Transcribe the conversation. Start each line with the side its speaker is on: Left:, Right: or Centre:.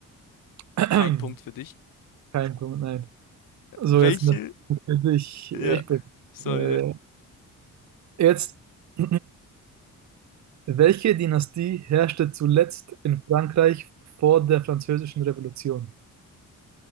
Right: <clears throat>
Left: kein Punkt für dich.
Right: Kein Punkt, nein. So,
Left: Welche?
Right: jetzt eine Frage für dich.
Left: Ja,
Right: Ich bin,
Left: sorry.
Right: äh, jetzt, <clears throat> welche Dynastie herrschte zuletzt in Frankreich vor der Französischen Revolution?